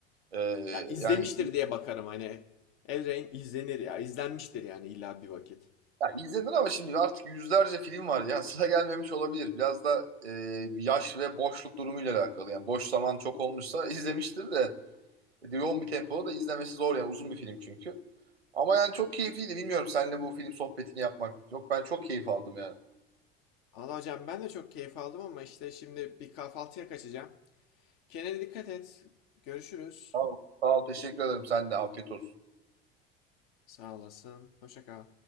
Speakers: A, on the right (about 80°); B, on the left (about 55°).
A: Ee,
B: Ya izlemiştir
A: yani
B: diye bakarım hani. Elrain izlenir ya. izlenmiştir yani illa bir vakit.
A: Ya izledin ama şimdi artık yüzlerce film var ya sıra gelmemiş olabilir. Biraz da e, yaş ve boşluk durumuyla alakalı. Yani boş zaman çok olmuşsa <laughs> izlemiştir de e, yoğun bir tempoda da izlemesi zor yani uzun bir film çünkü. Ama yani çok keyifliydi. Bilmiyorum seninle bu film sohbetini yapmak. Yok ben çok keyif aldım yani.
B: Allah hocam ben de çok keyif aldım ama işte şimdi bir kahvaltıya kaçacağım. Kendine dikkat et. Görüşürüz.
A: Sağ ol. Sağ ol teşekkür ederim. Sen de afiyet olsun.
B: Sağ olasın. Hoşça kal.